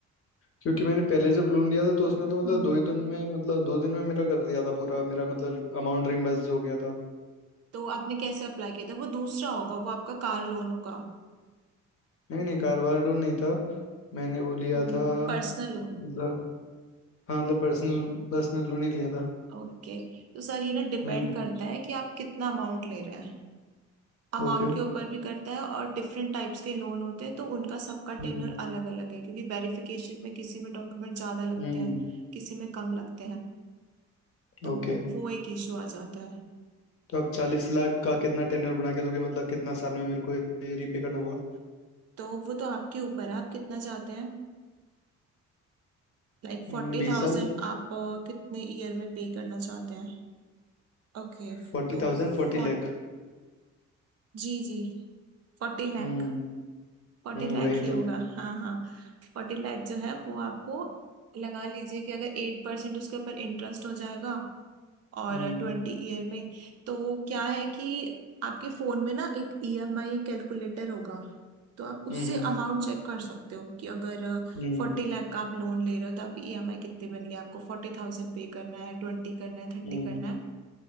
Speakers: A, on the left; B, on the right.
A: क्योंकि मैंने पहले जब लोन लिया था तो उसने तो मतलब
B: हम्म
A: दो ही दिन में मतलब दो दिन में मेरा कर दिया था पूरा मेरा मतलब अमाउंट रिम्बर्स हो गया था
B: तो आपने कैसे अप्लाई किया था वो दूसरा होगा वो आपका कार लोन होगा
A: नहीं नहीं कारोबार लोन नहीं था मैंने वो लिया
B: हम्म
A: था
B: पर्सनल लोन
A: मतलब हाँ मतलब पर्सनल पर्सनल लोन ही लिया था
B: ओके तो सर ये ना डिपेंड
A: हम्म
B: करता है कि आप कितना अमाउंट ले रहे हैं अमाउंट
A: ओके
B: के ऊपर भी करता है और डिफरेंट टाइप्स के लोन होते हैं तो उनका सबका
A: हम्म
B: टेन्योर अलग अलग है क्योंकि वेरिफिकेशन में किसी में डॉक्यूमेंट ज्यादा लगते
A: हम्म
B: हैं किसी में कम लगते हैं तो
A: ओके
B: वो एक इशू आ जाता है
A: तो आप चालीस लाख का कितना टेन्योर बना के दोगे मतलब कितना साल में मेरे को ये रीपे करना होगा
B: तो वो तो आपके ऊपर है आप कितना चाहते हैं लाइक फोर्टी
A: हम्म बीस
B: थाउजेंड
A: साल
B: आप अ, कितने ईयर में पे करना चाहते हैं ओके
A: फोर्टी
B: तो
A: थाउजेंड फोर्टी
B: फोर
A: लाख
B: जी जी फोर्टी लाख
A: हम्म
B: फोर्टी
A: हम्म
B: लाख
A: वही
B: ही होगा
A: तो
B: हाँ हाँ फोर्टी लाख जो है वो आपको लगा लीजिए कि अगर एट परसेंट उसके ऊपर इंटरेस्ट हो जाएगा और
A: हम्म
B: ट्वेंटी ईयर में तो क्या है कि आपके फोन में ना एक ईएमआई कैलकुलेटर होगा तो आप उससे
A: हम्म
B: अमाउंट चेक कर सकते हो कि अगर
A: हम्म
B: फोर्टी लाख का आप लोन ले रहे हो तो आपकी ईएमआई कितनी बन गई आपको फोर्टी थाउजेंड पे करना है ट्वेंटी करना है थर्टी
A: हम्म
B: करना है